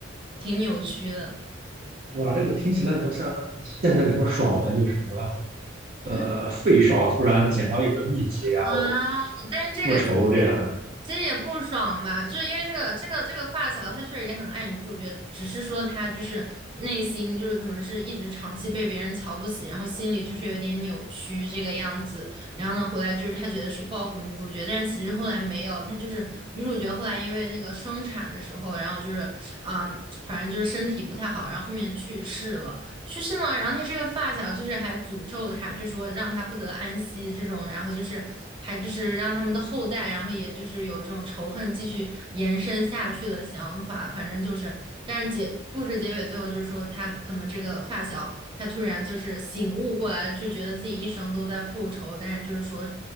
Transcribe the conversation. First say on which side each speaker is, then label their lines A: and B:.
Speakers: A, on the right; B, on the right.
A: 挺扭曲的。
B: 哇，这个听起来怎么像现在什么爽文，就是什么呃，
A: 嗯
B: 费少突然捡到一本秘籍，然后
A: 啊，但是这个
B: 复仇这样的，
A: 其实也不爽吧，就是因为这个这个这个发小，他确实也很爱女主角，只是说他就是内心就是可能是一直长期被别人瞧不起，然后心里就是有点扭曲这个样子。然后呢，回来就是他觉得是报复女主角，但是其实后来没有，他就是女主角后来因为那个生产的时候，然后就是嗯，反正就是身体不太好，然后后面去世了。去世呢，然后他这个发小就是还诅咒他，就说让他不得安息这种，然后就是还就是让他们的后代，然后也就是有这种仇恨继续延伸下去的想法，反正就是，但是结故事结尾最后就是说他可能这个发小他突然就是醒悟过来了，就觉得自己一生都在复仇，但是就是说，